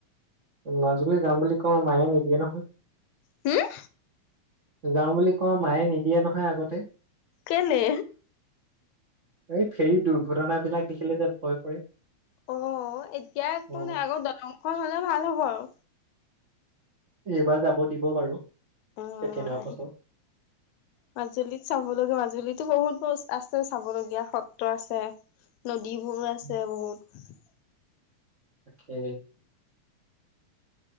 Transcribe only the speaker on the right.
মাজুলী যাম বুলি ক মায়ে নিদিয়ে নহয়।
গাও বুলি কওঁ, মায়ে নিদিয়ে নহয় আগতে।
এই ফেৰি দুৰ্ঘটনা বিলাক দেখিলে যে ভয় কৰে।
অ
এইবাৰ যাব দিব বাৰু।
ছেকেণ্ড হোৱাৰ
পাছত
উম,
তাকে।